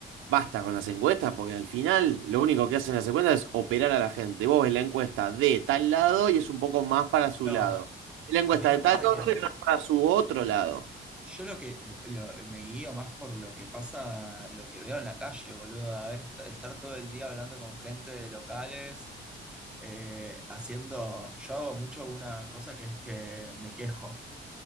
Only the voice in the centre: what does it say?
No,
a mí me
pasa
que
yo lo que lo- me guío más por lo que pasa, lo que veo en la calle, boludo. A ver, est- estar todo el día hablando con gente de locales, eh, haciendo. Yo hago mucho una cosa que es que me quejo.